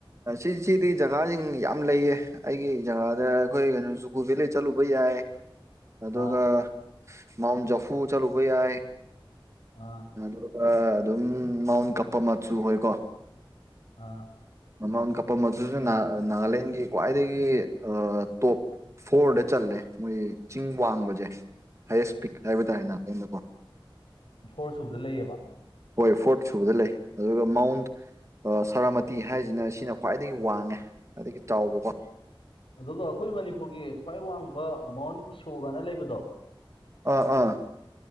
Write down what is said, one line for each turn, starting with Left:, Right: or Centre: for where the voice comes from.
Right: ꯁꯤꯁꯤꯗꯤ ꯖꯒꯥꯁꯤꯡ ꯌꯥꯝ ꯂꯩꯌꯦ ꯑꯩꯒꯤ ꯖꯒꯥꯗ ꯑꯩꯈꯣꯏ ꯀꯩꯅꯣ ꯖꯨꯀꯨ ꯚꯦꯂꯤ ꯆꯠꯂꯨꯕ ꯌꯥꯏ ꯑꯗꯨꯒ
Left: ꯑꯥ
Right: ꯃꯥꯎꯟ ꯖꯐꯨ ꯆꯠꯂꯨꯕ ꯌꯥꯏ
Left: ꯑꯥ
Right: ꯑꯗꯨꯒ ꯑꯗꯨꯝ ꯃꯥꯎꯟ ꯀꯞꯄ ꯃꯆꯨ ꯑꯣꯏꯀꯣ
Left: ꯑꯥ
Right: ꯃꯥꯎꯟ ꯀꯄ ꯑꯗꯨꯁꯨ ꯅꯥꯒꯥꯂꯦꯟꯒꯤ ꯈ꯭ꯋꯥꯏꯗꯒꯤ ꯇꯣꯞ ꯐꯣꯔꯗ ꯆꯜꯂꯦ ꯃꯣꯏ ꯆꯤꯡ ꯋꯥꯡꯕꯁꯦ ꯍꯥꯏꯌꯦꯁ ꯄꯤꯛ ꯍꯥꯏꯕ ꯇꯥꯥꯏꯦꯅ ꯑꯩꯅꯀꯣ
Left: ꯐꯣꯔ ꯁꯨꯕꯗ ꯂꯩꯌꯦꯕ
Right: ꯍꯣꯏ ꯐꯣꯔꯠ ꯁꯨꯕꯗ ꯂꯩ ꯑꯗꯨꯒ ꯃꯥꯎꯟ ꯁꯔꯥꯃꯇꯤ ꯍꯥꯏꯁꯤꯅ ꯁꯤꯅ ꯈ꯭ꯋꯥꯏꯗꯒꯤ ꯋꯥꯡꯉꯦ ꯈ꯭ꯋꯥꯏꯗꯒꯤ ꯆꯥꯎꯕꯀꯣ
Left: ꯑꯗꯨꯒ ꯑꯩꯈꯣꯏ ꯃꯅꯤꯄꯨꯔꯒꯤ ꯈ꯭ꯋꯥꯏ ꯋꯥꯡꯕ ꯃꯥꯎꯟ ꯏꯁꯣꯒꯅ ꯂꯩꯕꯗꯣ
Right: ꯑꯥ ꯑꯥ